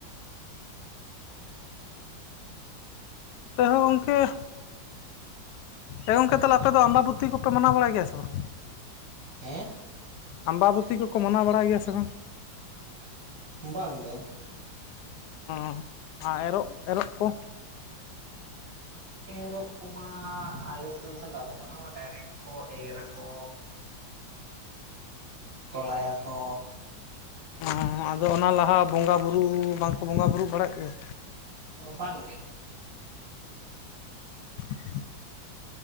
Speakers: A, on the left; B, on the right.
A: ᱟᱫᱚ ᱜᱚᱝᱠᱮ ᱮ ᱜᱚᱢᱠᱮ ᱟᱯᱮ ᱫᱚ ᱟᱢᱵᱟᱵᱚᱛᱤ ᱠᱚᱯᱮ ᱢᱟᱱᱟᱣ ᱵᱟᱲᱟᱭ ᱜᱮᱭᱟ ᱥᱮ ᱵᱟᱝ?
B: ᱦᱮᱸ
A: ᱟᱢᱵᱟᱵᱚᱛᱤ ᱠᱚᱠᱚ ᱢᱟᱱᱟᱣ ᱵᱟᱲᱟᱭ ᱜᱮᱭᱟ ᱥᱮ ᱵᱟᱝ?
B: ᱵᱟᱝ ᱜᱮ
A: ᱚᱸ ᱟᱨ ᱮᱨᱚᱜ ᱮᱨᱚᱜ ᱠᱚ
B: ᱮᱨᱚᱜ ᱠᱚᱢᱟ ᱟᱞᱮ ᱥᱮᱫ ᱫᱚ ᱚᱱᱠᱟ ᱫᱚ ᱵᱟᱠᱚ ᱢᱟᱱᱟᱣᱟ ᱰᱟᱭᱨᱮᱠᱴ ᱠᱚ ᱮᱨ ᱟᱠᱚ ᱛᱚᱞᱟᱭᱟᱠᱚ
A: ᱚᱸ ᱟᱫᱚ ᱚᱱᱟ ᱞᱟᱦᱟ ᱵᱚᱸᱜᱟ ᱵᱩᱨᱩ ᱵᱟᱝᱠᱚ ᱵᱚᱸᱜᱟ ᱵᱩᱨᱩᱜ ᱵᱟᱲᱟᱜ ᱜᱮᱭᱟ
B: ᱵᱟᱝ ᱜᱮ
A: ᱩᱸᱻ